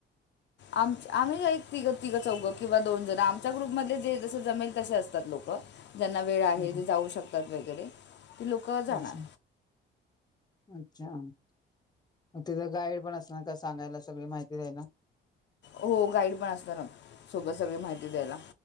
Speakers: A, on the left (about 65°); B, on the left (about 20°).
A: आमचं आम्हीं एक तिघ तिघं- चौघं किंवा दोन जण आमच्या ग्रुप मधले जे जसे जमेल तसे असतात लोकं. ज्यांना वेळ आहे,
B: अच्छा
A: जे जाऊ शकतात वगैरे ती लोकं जाणार.
B: अच्छा अच्छा. मग तिथं गाईड पण असणार का सांगायला सगळी माहिती द्यायला.?
A: हो गाईड पण असणार ना सोबत सगळी माहिती द्यायला.